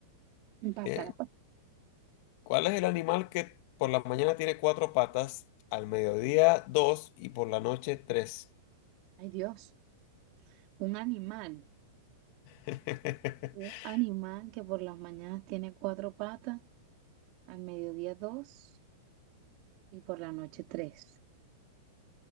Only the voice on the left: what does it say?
Eh,
¿cuál es el animal que por la mañana tiene cuatro patas, al mediodía dos y por la noche tres?
<laughs>